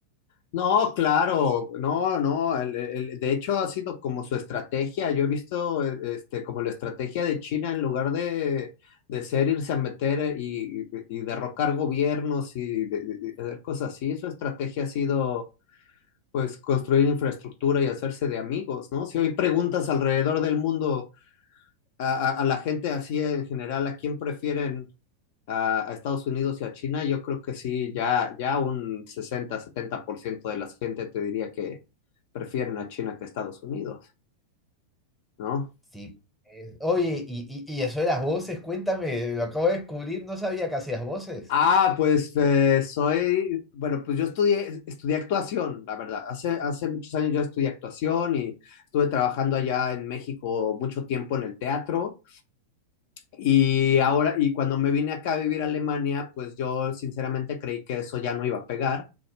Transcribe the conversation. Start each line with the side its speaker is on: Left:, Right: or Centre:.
Left: No, claro, no, no. el- el- de hecho, ha sido como su estrategia. Yo he visto eh, este, como la estrategia de China en lugar de, de ser irse a meter eh, y, y- y derrocar gobiernos y, de- de- de hacer cosas así. Su estrategia ha sido, pues, construir infraestructura y hacerse de amigos, ¿no? Si hoy preguntas alrededor del mundo a, a- a la gente así en general, ¿a quién prefieren? a, a Estados Unidos y a China, yo creo que sí, ya, ya un sesenta setenta por ciento de la gente te diría que prefieren a China que a Estados Unidos, ¿no?
Centre: Sí, eh, oye, y, y, y eso de las voces, cuéntame, lo acabo de descubrir, no sabía que hacías voces.
Left: Ah, pues eh, soy, bueno, pues yo estudié, estudié actuación, la verdad. Hace, hace muchos años yo estudié actuación y estuve trabajando allá en México mucho tiempo en el teatro. Y ahora, y cuando me vine acá a vivir a Alemania, pues yo sinceramente creí que eso ya no iba a pegar.